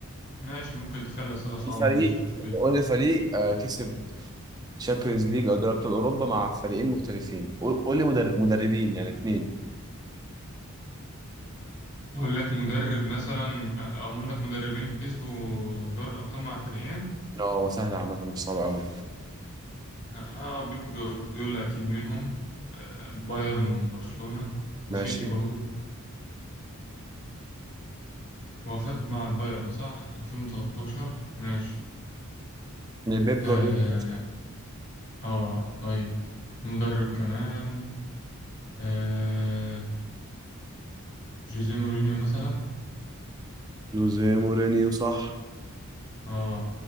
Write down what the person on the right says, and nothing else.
الفريق
قول لي فريق آه، كسب شامبيونز ليج أو دوري أبطال أوروبا مع فريقين مختلفين قول قول لي مدر- مدربين يعني اتنين
اه هو سهل عامة مش صعب أوي
ماشي
يعني بيب جوارديولا
جوزيه مورينيو صح